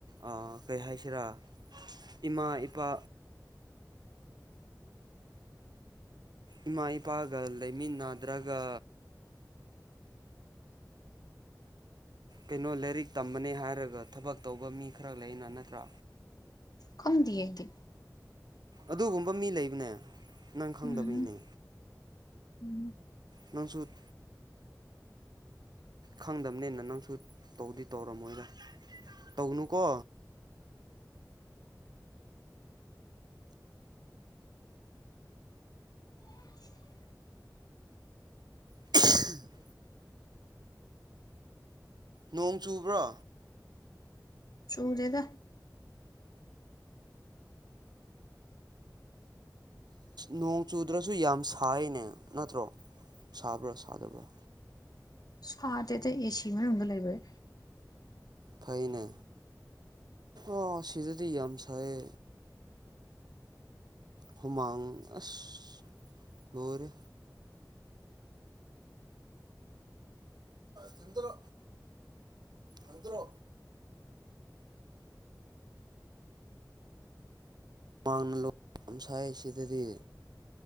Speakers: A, on the right (about 70°); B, on the left (about 65°).
A: ꯑ ꯀꯩ ꯍꯥꯏꯁꯤꯔꯥ ꯏꯃꯥ ꯏꯄꯥ ꯏꯃꯥ ꯏꯄꯥꯒ ꯂꯩꯃꯤꯟ ꯅꯗ꯭ꯔꯒ ꯀꯩꯅꯣ ꯂꯥꯏꯔꯤꯛ ꯇꯝꯕꯅꯦ ꯍꯥꯏꯔꯒ ꯊꯕꯛ ꯇꯧꯕ ꯃꯤ ꯈꯔ ꯂꯩꯅ ꯅꯠꯇ꯭ꯔꯥ
B: ꯈꯪꯗꯤꯌꯦ ꯑꯩ ꯗꯤ
A: ꯑꯗꯨꯒꯨꯝꯕ ꯃꯤ ꯂꯩꯕꯅꯦ ꯅꯪ ꯈꯪꯗꯕꯩꯅꯦ
B: ꯎꯝ ꯎꯝ
A: ꯅꯪꯁꯨꯠ ꯈꯪꯗꯝꯅꯦꯅ ꯅꯪꯁꯨ ꯇꯧꯗꯤ ꯇꯧꯔꯝꯃꯣꯏꯗ ꯇꯧꯒꯅꯨꯀꯣ
B: <inaudible>
A: <inaudible> ꯅꯣꯡ ꯆꯨꯕ꯭ꯔꯣ
B: ꯆꯨꯗꯦꯗ
A: ꯅꯣꯡ ꯆꯨꯗ꯭ꯔꯁꯨ ꯌꯥꯝ ꯁꯥꯏꯅꯦ ꯅꯠꯇ꯭ꯔꯣ ꯁꯥꯕ꯭ꯔꯥ ꯁꯥꯗꯕ꯭ꯔꯥ
B: ꯁꯥꯗꯦꯗ ꯑꯦꯁꯤ ꯃꯅꯨꯡꯗ ꯂꯩꯕꯩ
A: ꯐꯩꯅꯦ ꯑꯣ ꯁꯤꯗꯗꯤ ꯌꯥꯝ ꯁꯥꯏꯌꯦ ꯍꯨꯃꯥꯡ ꯑꯁ ꯂꯣꯏꯔꯦ ꯊꯟꯗ꯭ꯔ ꯊꯟꯗ꯭ꯔꯣ ꯃꯥꯡꯅ ꯌꯥꯝ ꯁꯥꯏ ꯁꯤꯗꯗꯤ